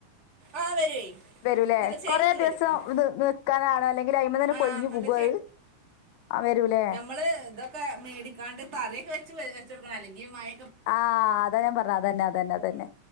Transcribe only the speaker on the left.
വരൂല്ലേ
കൊറെ ദിവസം
നിൽക്കാനാണോ അല്ലെങ്ക ങ്കിൽ അയിമന് ന്നെ
കൊഴിഞ്ഞ്
വുകോ അത് ആ വരൂല്ലേ
ആഹ് അതാ ഞാൻ പറഞ്ഞേ അതന്നെ അതന്നെ അതന്നെ